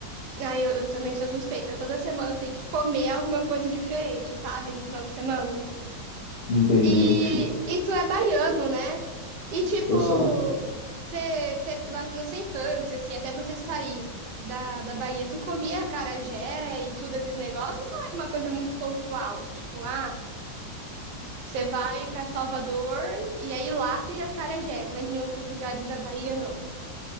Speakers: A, on the right; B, on the left.
A: Ah, eu, eu também sou suspeita. Toda semana eu tenho que comer alguma coisa diferente, sabe? No final de semana.
B: Entendi.
A: E, e tu é baiano, né? E tipo,
B: Eu sou.
A: você, você, na na sua infância, assim, até você sair da, da Bahia, tu comia acarajé e tudo esses negócios, não é uma coisa muito pontual. Tipo, ah, você vai pra Salvador e aí lá tem acarajé, mas em outros lugares da Bahia não.